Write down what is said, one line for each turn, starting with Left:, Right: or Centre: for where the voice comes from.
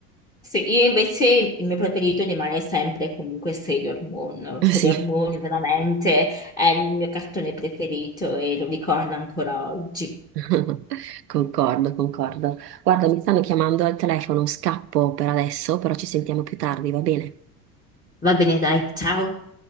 Left: Sì, io invece il mio preferito rimane sempre comunque Sailor Moon.
Right: <laughs>
Left: Sailor
Right: Sì,
Left: Moon veramente è il mio cartone preferito e lo ricordo ancora oggi.
Right: <laughs> concordo, concordo. Guarda, mi stanno chiamando al telefono, scappo per adesso, però ci sentiamo più tardi, va bene?
Left: Va bene, dai, ciao.